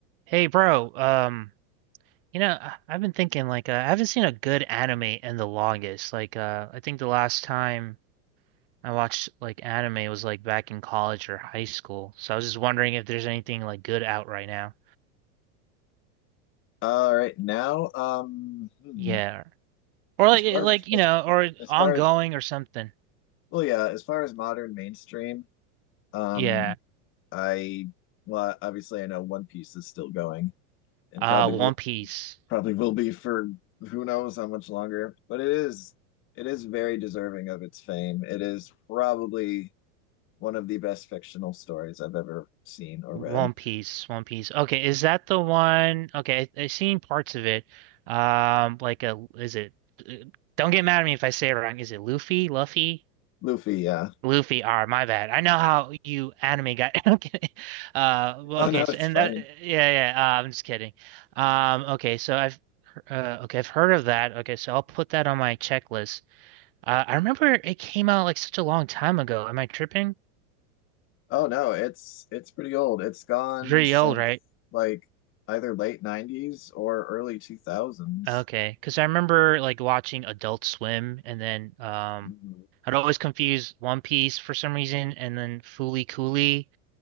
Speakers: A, on the right; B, on the left.
A: Hey, bro. Um, you know, I- I've been thinking like uh, I haven't seen a good anime in the longest. Like, uh, I think the last time I watched like anime was like back in college or high school. So I was just wondering if there's anything like good out right now.
B: All right, now, um, hmm,
A: Yeah, or like
B: as far
A: eh, like
B: as,
A: you
B: as
A: know, or
B: as
A: ongoing
B: far as
A: or something.
B: well, yeah, as far as modern mainstream, um,
A: Yeah.
B: I well, obviously I know One Piece is still going and
A: Uh,
B: probably
A: One
B: will
A: Piece.
B: probably will be for who knows how much longer, but it is it is very deserving of its fame. It is probably one of the best fictional stories I've ever seen or
A: One
B: read.
A: Piece. One Piece. Okay, is that the one? Okay, I, I've seen parts of it. Um, like a is it? uh, Don't get mad at me if I say it wrong. Is it Luffy? Luffy?
B: Luffy, yeah. <laughs>
A: Luffy R, my bad. I know how you anime guy. <laughs> I'm kidding. Uh, well,
B: Oh
A: okay,
B: no,
A: so
B: it's
A: and
B: fine.
A: that, yeah, yeah. yeah, Uh, I'm just kidding. Um, okay, so I've, uh, okay, I've heard of that. Okay, so I'll put that on my checklist. Uh, I remember it came out like such a long time ago. Am I tripping?
B: Oh no, it's it's pretty old. It's gone
A: Pretty
B: since
A: old, right?
B: like either late 90s or early 2000s.
A: Okay, because I remember like watching Adult Swim, and then um,
B: Mhm.
A: I'd always confuse One Piece for some reason, and then Fooly Cooly.